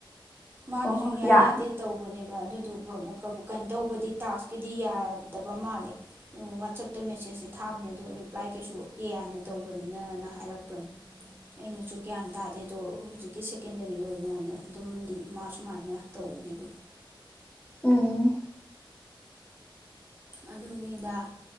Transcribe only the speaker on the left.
ꯑꯣ ꯑꯣ
ꯌꯥ
ꯎꯝ